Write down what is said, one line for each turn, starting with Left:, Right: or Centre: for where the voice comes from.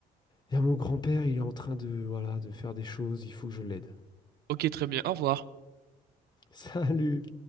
Left: il y a mon grand-père, il est en train de, voilà, de faire des choses. Il faut que je l'aide.
Right: Ok, très bien, au revoir.
Left: <laughs> Salut!